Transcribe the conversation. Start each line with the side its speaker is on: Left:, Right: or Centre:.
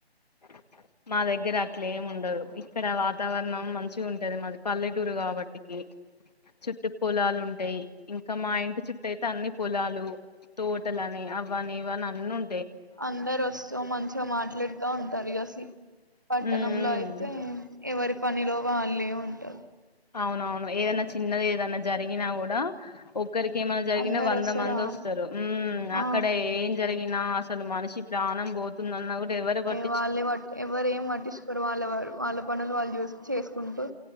Left: <unintelligible> మా దగ్గర అట్లేముండదు ఇక్కడ వాతావరణం మంచిగుంటది మాది పల్లెటూరు గాబట్టి చుట్టు పొలాలుంటాయి ఇంకా మా ఇంటి చుట్టూ అయితె అన్ని పొలాలు తోటలని అవ్వని ఇవ్వని అన్ని ఉం
Right: అందరొస్తు మంచిగ మాట్లాడుతా ఉన్ టారు సరిగసి పట్టణంలొ
Left: ఉమ్
Right: అయితె ఎవరి పనిలొ వాళ్ళే ఉంటారు
Left: అవునవును ఏదన్నా చిన్నదేదన్నా జరిగినా గూడా ఒప్ ఒక్కరికి ఏమైన్న జరిగిన
Right: అందరు
Left: వంద
Right: వస్తారా
Left: మందొస్తారు హుమ్ అక్కడ
Right: ఆ
Left: ఏం జరిగినా అసలు మనిషి క్ ప్రాణం పోతుందన్నా గూడా ఎవరు పట్
Right: వాళ్ళేపట్ ఎవరు ఏం పట్టించుకొరు వాళ్ళ వాళ్ళ పనులు వాళ్ళు చూస్ చేసుకుంటూ